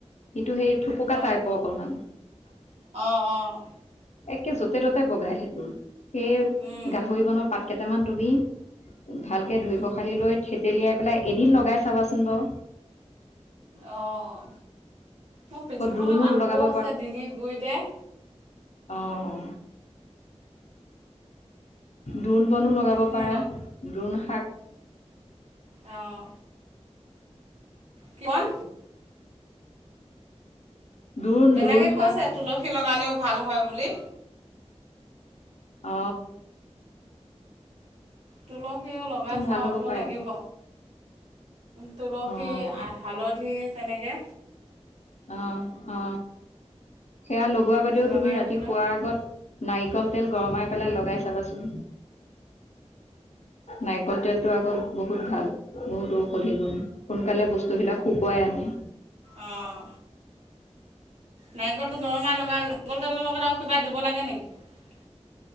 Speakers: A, on the left (about 80°); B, on the right (about 70°).
A: কিন্তু সেই থুপুকা
B: অঁ
A: টাইপৰ অকনমান।
B: অঁ অঁ।
A: একে যতে ত'তে বগাই সেইটো সেই
B: উম
A: গাহৰি বনৰ পাত কেইটামান তুমি। ভালকে ধুই
B: উম
A: পখালি লৈ থেতেলিয়াই পেলাই এদিন লগাই চাবাচোন বাও।
B: অঁ মোৰ পিঠিখনত
A: আকৌ দ্ৰোণো
B: আকৌ
A: লগাব
B: হৈছে ডিঙি গুৰিতে
A: অ অ দোন বনো লগাব
B: সেইখিনি
A: পাৰা দোন শাক
B: অহ কি বন?
A: দোণ
B: বেলেগে
A: দোৰোণ
B: কৈছে
A: শাক।
B: তুলসী লগালেও ভাল হয় বুলি
A: অ
B: তুলসীও লগাই চাব
A: ভাল হ'ব পাৰে
B: লাগিব। তুলসী
A: অঁ
B: হালধি তেনেকে
A: অ অ সেয়া লগোৱাৰ বাদেও
B: লগাই
A: তুমি ৰাতি
B: বোলে
A: শোৱাৰ আগত নাৰিকল তেল গৰমাই পেলাই লগাই চাবাচোন। নাৰিকল তেলটো আকৌ বহুত ভাল বহুতো ঔষধি গুণ সোনকালে বস্তুবিলাক। শুকুৱাই আনে
B: অঁ নাৰিকলটো গৰমে লগা নাৰিকল তেলৰ লগত আৰু কিবা দিব লাগে নেকি।